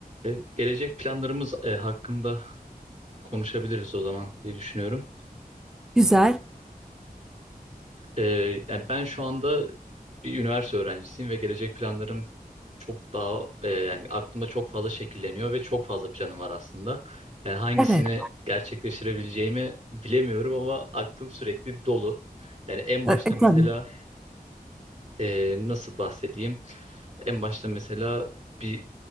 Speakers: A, on the right; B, in the centre.
A: E, gelecek planlarımız e, hakkında konuşabiliriz o zaman diye düşünüyorum.
B: Güzel.
A: E, yani ben şu anda bir üniversite öğrencisiyim ve gelecek planlarım çok daha e, yani aklımda çok fazla şekilleniyor ve çok fazla planım var aslında. Yani hangisini
B: Evet.
A: gerçekleştirebileceğimi bilemiyorum ama aklım sürekli dolu. Yani en başta
B: E, e,
A: mesela
B: tabii.
A: e, nasıl bahsedeyim? En başta mesela bir